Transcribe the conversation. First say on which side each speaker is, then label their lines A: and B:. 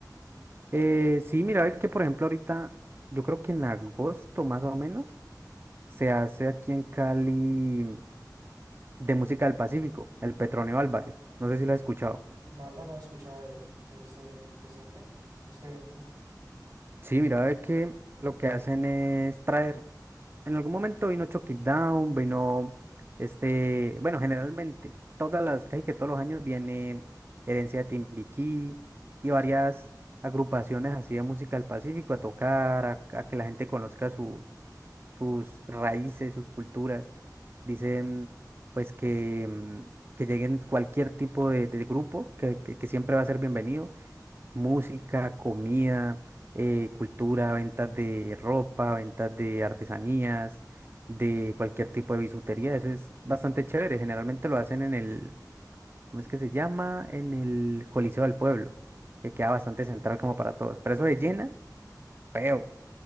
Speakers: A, on the right; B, on the right.
A: Eh, sí, mira, ve que por ejemplo ahorita, yo creo que en agosto más o menos, se hace aquí en Cali de música del Pacífico, el Petronio Álvarez. No sé si lo has escuchado.
B: La verdad no he escuchado de, de ese, de ese qué, de este evento.
A: Sí, mira, ve que lo que hacen es traer. En algún momento vino Chucky Down, vino este. Bueno, generalmente, todas las, casi que todos los años viene Herencia de Timbiquí y varias agrupaciones así de música del Pacífico a tocar, a, a que la gente conozca su- sus raíces, sus culturas. Dicen, pues, que, mm, que lleguen cualquier tipo de, de grupo, que, que que siempre va a ser bienvenido música, comida, eh, cultura, ventas de ropa, ventas de artesanías, de cualquier tipo de bisutería. Eso es bastante chévere. Generalmente lo hacen en el, ¿cómo es que se llama? En el Coliseo del Pueblo, que queda bastante
B: Ok,
A: central como para todos. Pero eso de llena, feo.